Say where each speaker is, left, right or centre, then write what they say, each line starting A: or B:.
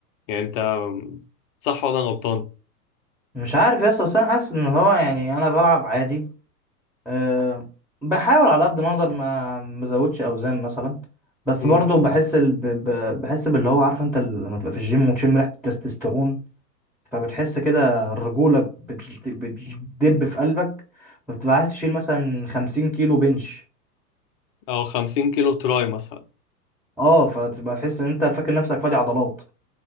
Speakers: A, on the left (about 35°); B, in the centre.
A: يعني انت صح ولا أنا غلطان؟
B: مش عارف يا اسطى بس انا حاسس ان هو يعني انا بلعب عادي أه بحاول على قد ما اقدر ما ما ازودش اوزان مثلا بس
A: مم.
B: برضو بحس ال... ب... ب- بحس باللي هو عارف انت ال- لما تبقى في الجيم وتشم ريحه التستوستيرون فبتحس كده الرجوله بت... بتدب في قلبك فبتبقى عايز تشيل مثلا 50 كيلو بنش
A: او 50 كيلو تراي مثلا
B: اه فتبقى تحس ان انت فاكر نفسك فادي عضلات